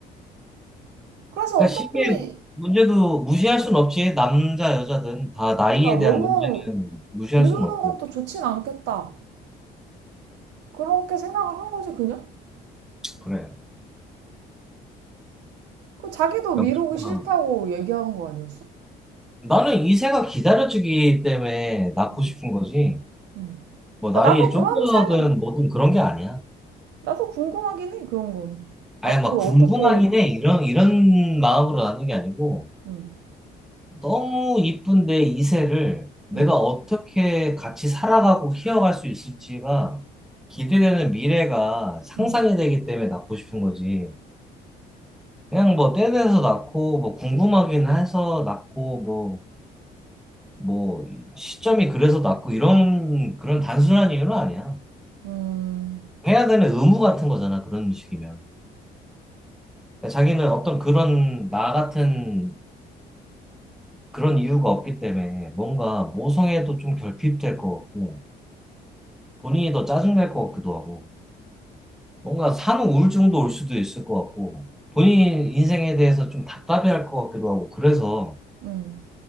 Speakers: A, on the right (about 80°); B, in the centre.
A: 그래서
B: 그러니까
A: 어차피,
B: 시기의 문제도 무시할 순 없지. 남자, 여자든 다 나이에
A: 그러니까
B: 대한
A: 너무
B: 문제는 무시할
A: 미루는
B: 순 없고.
A: 것도 좋진 않겠다. 그렇게 생각을 한 거지, 그냥?
B: 그래.
A: 그 자기도
B: 그러니까
A: 미루기
B: 무조건.
A: 싫다고 얘기한 거 아니었어?
B: 나는 이 새가 기다려주기 때문에 낳고
A: 응
B: 싶은 거지.
A: 응.
B: 뭐 나이에
A: 야, 나도
B: 쫓겨든
A: 그런 삶은,
B: 뭐든 그런 게 아니야.
A: 나도 궁금하긴 해, 그런 건.
B: 아예
A: 앞으로
B: 막 궁금하긴
A: 어떻게,
B: 해. 이런, 이런 마음으로 낳는 게 아니고,
A: 응,
B: 너무 이쁜 내 이세를 내가
A: 응,
B: 어떻게 같이 살아가고 키워갈 수 있을지가 기대되는 미래가 상상이
A: 응,
B: 되기 때문에 낳고 싶은 거지. 그냥 뭐 떼내서 낳고, 뭐 궁금하긴 해서 낳고, 뭐, 뭐, 시점이 그래서 낳고, 이런, 그런 단순한 이유는 아니야.
A: 음,
B: 해야 되는 의무 같은 거잖아, 그런 식이면. 그러니까 자기는 어떤 그런 나 같은 그런 이유가 없기 때문에 뭔가 모성애도 좀 결핍될 것 같고 본인이 더 짜증날 것 같기도 하고 뭔가 산후 우울증도 올 수도 있을 것 같고 본인 인생에 대해서 좀 답답해할 것 같기도 하고 그래서
A: 음,